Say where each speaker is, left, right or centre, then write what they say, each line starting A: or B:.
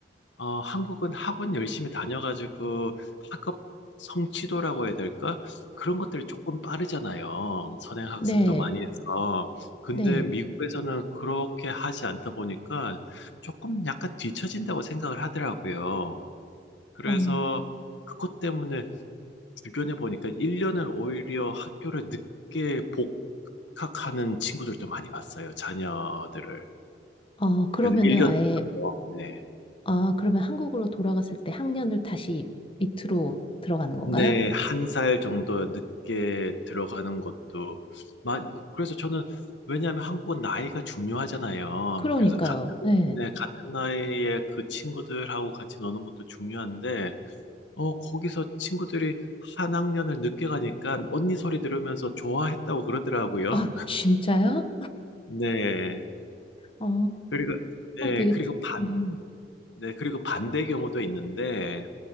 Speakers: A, on the left (about 90°); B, on the left (about 30°).
A: 어, 한국은 학원 열심히 다녀가지고 학업 성취도라고 해야 될까? 그런 것들이 조금 빠르잖아요. 선행학습도
B: 네,
A: 많이 해서. 근데
B: 네.
A: 미국에서는 그렇게 하지 않다 보니까 조금 약간 뒤처진다고 생각을 하더라고요. 그래서
B: 어,
A: 그것 때문에 주변에 보니까 1년을 오히려 학교를 늦게 복학하는 친구들도 많이 봤어요, 자녀들을.
B: 아 그러면은
A: 그래서 1년
B: 아예
A: 늦춰서 네.
B: 아 그러면 한국으로 돌아갔을 때 학년을 다시 밑으로 들어가는 건가요?
A: 네. 한 살 정도 늦게 들어가는 것도 많이 그래서 저는 왜냐하면 한국은 나이가 중요하잖아요.
B: 그러니까요.
A: 그래서 같은
B: 네.
A: 네 같은 나이에 그 친구들하고 같이 노는 것도 중요한데 어 거기서 친구들이 한 학년을 늦게 가니까 언니 소리 들으면서 좋아했다고 그러더라고요.
B: 아 진짜요?
A: 네.
B: 어,
A: 그리고, 네,
B: 어 되게
A: 그리고
B: 특,
A: 반,
B: 음,
A: 네, 그리고 반대 경우도 있는데,